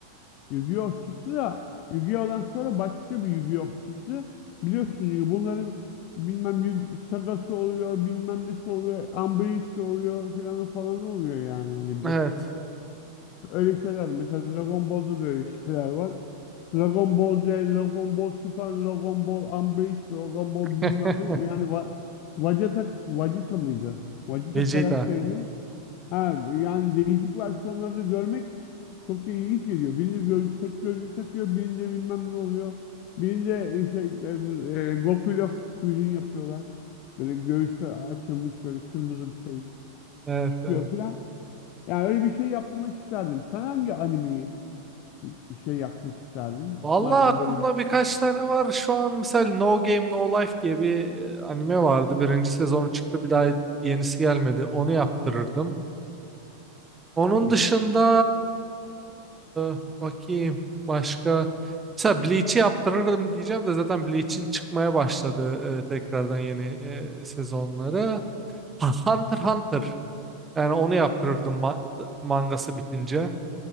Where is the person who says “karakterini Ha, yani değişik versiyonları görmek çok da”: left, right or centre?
Left